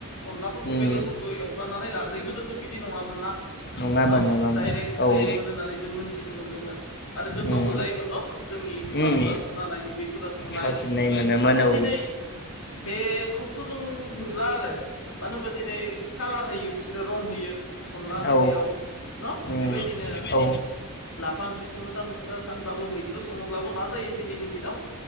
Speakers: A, on the left; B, on the left.
A: अनलाफोरखौ
B: उम
A: बेदरफोरखौ एवफ्रानानै लाग्रोयो गोदोथ' बिदि नङामोन ना।
B: नङामोन
A: न'
B: नङामोन
A: डाइरेक्ट
B: औ
A: होयोमोन
B: उम
A: होननानै जों मोनथिनो मोनदोंमोन आरो गोथावबो
B: उम
A: जायोमोन न'। जोंनि बिमाफोरा
B: उम
A: संनो होनाय बिबैफोरा संनाय
B: थावसिननाय मोनोमोन
A: नाथाय
B: औ उम
A: दिनै बे खौथ' जों नुला आरो मानो होनबा दिनै कालार होयो बिसोरो रं होयो। अनला ओंख्रियाव
B: औ
A: न'
B: उम
A: बेबायदिनो
B: औ
A: ला फा ओंख्रि संनो थां ओ थांब्लाबो मैद्रु सङोब्लाबो मा जायो दिनैनि दिनाव।